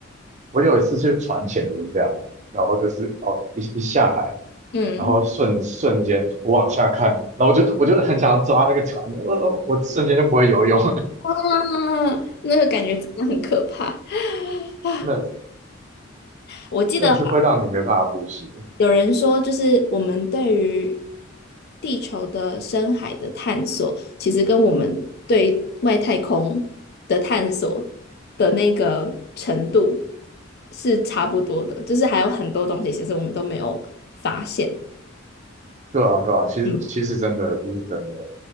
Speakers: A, on the right; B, on the left.
A: 我有一次去船潜就是这样，然后就是哦一一下海，
B: 嗯，
A: 然后瞬瞬间我往下看，然后我就我就很想抓那个船，呃，呃我瞬间就不会游泳，
B: 啊，那个感觉真的很可怕 <sighs> 啊！
A: <laughs> 真的
B: 我记得。
A: 真的是会让你没办法呼吸。
B: 有人说，就是我们对于地球的深海的探索，其实跟我们对外太空的探索的那个程度是差不多的，就是还有很多东西其实我们都没有发现。
A: 对啊，对啊，其实其实真的这是真的，
B: 嗯，